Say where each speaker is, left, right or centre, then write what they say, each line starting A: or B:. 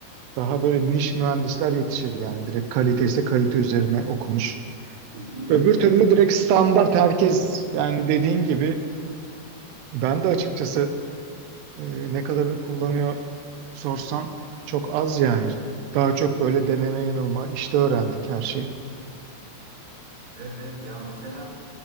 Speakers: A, on the right; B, on the right.
A: Daha böyle niş mühendisler yetişir yani direkt kalite ise kalite üzerine okumuş.
B: Kesinlikle
A: Öbür
B: öyle.
A: türlü direkt standart herkes yani dediğin gibi ben de açıkçası e, ne kadarını kullanıyor sorsan çok az yani. Daha çok böyle deneme yanılma işte öğrendik her şeyi.
B: Evet evet ya mesela